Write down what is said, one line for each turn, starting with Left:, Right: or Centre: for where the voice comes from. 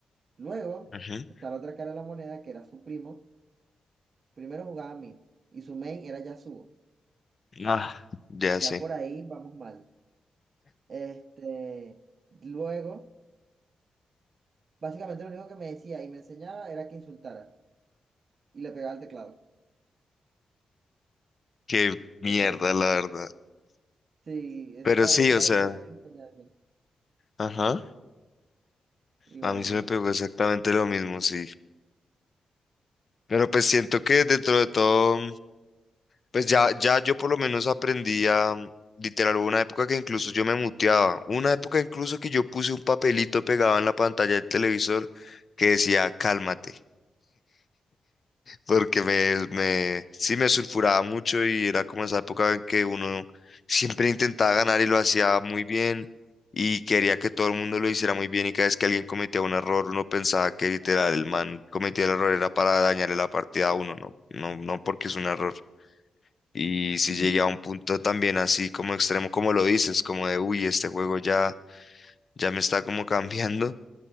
Right: Luego
Left: ajá.
Right: está la otra cara de la moneda que era su primo Primero jugaba mid y su main era Yasuo.
Left: Ah, ya
Right: Ya
Left: sé.
Right: por ahí vamos mal. Este, luego, básicamente lo único que me decía y me enseñaba era que insultara y le pegaba al teclado.
Left: Qué mierda,
Right: Eso, eso.
Left: la verdad.
Right: Sí, esa
Left: Pero
Right: era,
Left: sí,
Right: esa
Left: o
Right: era
Left: sea,
Right: su gran enseñanza.
Left: ajá.
Right: Y
Left: A
Right: bueno,
Left: mí se me pegó exactamente lo mismo, sí. Pero pues siento que dentro de todo, pues ya, ya yo por lo menos aprendí a, mm, literal, hubo una época que incluso yo me muteaba. Una época incluso que yo puse un papelito pegado en la pantalla del televisor que decía, cálmate. porque me, me, sí me sulfuraba mucho y era como esa época en que uno siempre intentaba ganar y lo hacía muy bien y quería que todo el mundo lo hiciera muy bien y cada vez que alguien cometía un error uno pensaba que literal el man cometía el error era para dañarle la partida a uno, no, no, no porque es un error. Y si
Right: sí,
Left: llegué a un punto también así como extremo, como lo dices, como de, uy, este juego ya, ya me está como <laughs> cambiando.